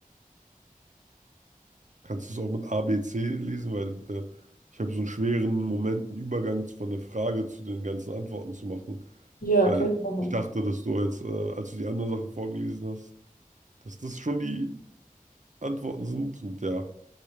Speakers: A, on the right; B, on the left.
A: Kannst du es auch mit A, B, C lesen? Weil äh, ich habe so einen schweren Moment, einen Übergang von der Frage zu den ganzen Antworten zu machen.
B: Ja,
A: Weil
B: kann ich machen.
A: ich dachte, dass du jetzt, äh, als du die anderen Sachen vorgelesen hast, dass das schon die Antworten sind. Und ja,